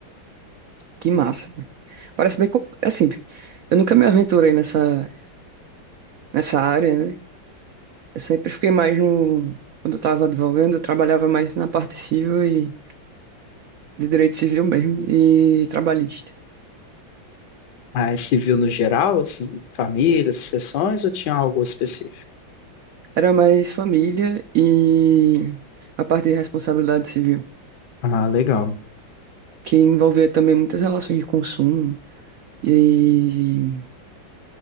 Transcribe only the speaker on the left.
Mas se viu no geral, assim, famílias, sucessões, ou tinha algo específico?
Ah, legal.